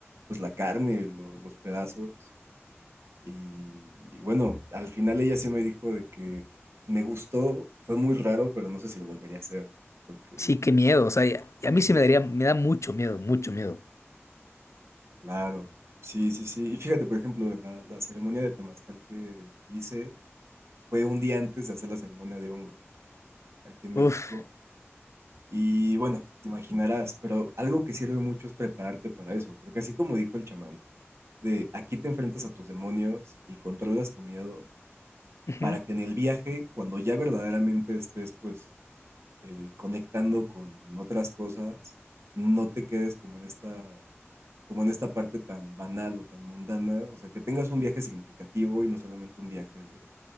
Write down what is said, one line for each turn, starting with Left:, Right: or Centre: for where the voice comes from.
Right: pues la carne, lo- los pedazos. Y, y bueno, al final ella sí me dijo de que me gustó, fue muy raro, pero no sé si lo volvería a hacer. Porque,
Left: Sí, qué miedo. O sea, y a, y a mí sí me daría, me da mucho miedo, mucho miedo.
Right: claro, sí, sí, sí. Y fíjate, por ejemplo, la, la ceremonia de temazcal que hice fue un día antes de hacer la ceremonia de hongo aquí en México.
Left: Uf.
Right: Y bueno, te imaginarás, pero algo que sirve mucho es prepararte para eso, porque así como dijo el chamán, de aquí te enfrentas a tus demonios y controlas tu miedo
Left: ujú,
Right: para que en el viaje, cuando ya verdaderamente estés pues eh, conectando con otras cosas, no te quedes como en esta, como en esta parte tan banal o tan mundana, o sea, que tengas un viaje significativo y no solamente un viaje de,